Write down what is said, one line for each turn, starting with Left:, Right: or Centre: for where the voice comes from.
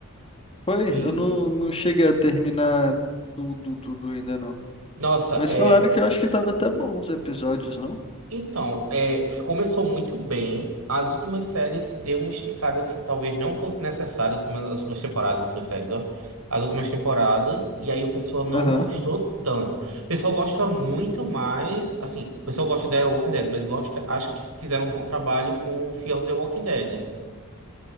Left: Foi,
Right: E,
Left: eu não, não cheguei a terminar tudo, tudo ainda não.
Right: nossa,
Left: Mas
Right: é.
Left: falaram que eu acho que tava até bom os episódios, não?
Right: Então, é, começou muito bem. As últimas séries deu uma esticada assim, que talvez não fosse necessário. Últimas- As últimas temporadas, as últimas séries, ó. As últimas temporadas. E aí o pessoal não
Left: Aham.
Right: gostou tanto. O pessoal gosta muito mais. Assim, o pessoal gosta de The Walking Dead, mas gosta, acha que fizeram um bom trabalho com Fear of the Walking Dead.